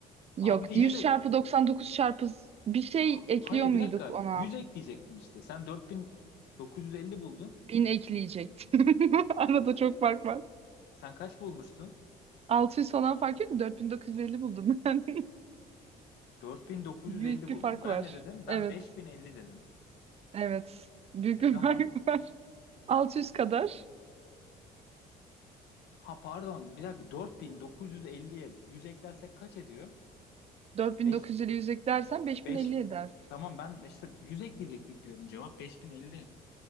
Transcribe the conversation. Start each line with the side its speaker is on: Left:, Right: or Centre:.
Right: Yok
Left: Aa bir de 100
Right: 100
Left: ek...
Right: çarpı 99 çarpı bir şey
Left: Ha-
Right: ekliyor
Left: Hayır
Right: muyduk
Left: bir dakika.
Right: ona?
Left: yüz ekleyecektin işte. Sen 4950 buldun.
Right: bin ekleyecektim. <laughs> Arada çok fark var.
Left: Sen kaç bulmuştun?
Right: 600 falan fark yok mu? 4950 buldum ben.
Left: 4950
Right: <laughs> Büyük
Left: buldun.
Right: bir fark
Left: Ben
Right: var.
Left: ne dedim? Ben
Right: Evet.
Left: 5050 dedim.
Right: Evet. Büyük
Left: E
Right: bir
Left: tamam.
Right: <laughs> fark var. 600 kadar.
Left: Ha pardon. Bir dakika 4950'ye yüz elliye yüz eklersek kaç ediyor?
Right: 4950
Left: 5
Right: yüz elli yüz eklersen 5050
Left: 5
Right: eder.
Left: tamam ben işte 100 ekleyecektik diyorum. Cevap beş bin elli